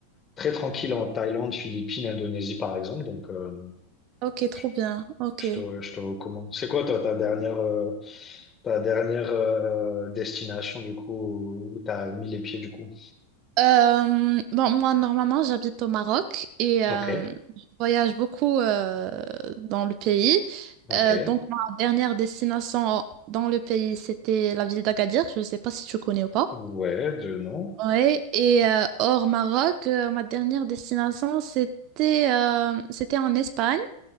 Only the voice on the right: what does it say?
Ok, trop
bien. Ok.
Euh, bon, moi, normalement, j'habite au Maroc et euh,
je voyage beaucoup euh, dans le pays.
Euh, donc, ma dernière destination dans le pays, c'était la ville d'Agadir. Je ne sais pas si tu connais ou pas.
Oui, et euh, hors Maroc, euh, ma dernière destination, c'était euh, c'était en Espagne.